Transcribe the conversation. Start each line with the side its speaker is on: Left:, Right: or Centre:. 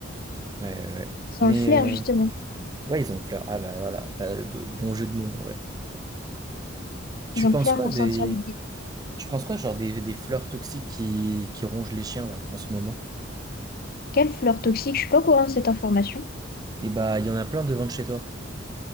Right: Ouais, ouais. ouais.
Left: Ils
Right: Mais
Left: ont le flair,
Right: euh,
Left: justement.
Right: ouais, ils ont une fleur. Ah bah voilà, Bah, b- bon jeu de mots en vrai. Tu
Left: Ils ont
Right: penses
Left: le flair
Right: quoi
Left: pour
Right: des,
Left: sentir le bien.
Right: tu penses quoi genre des, des fleurs toxiques qui, qui rongent les chiens là en ce moment?
Left: Quelle fleur toxique? Je suis pas au courant de cette information.
Right: Et bah, il y en a plein devant de chez toi.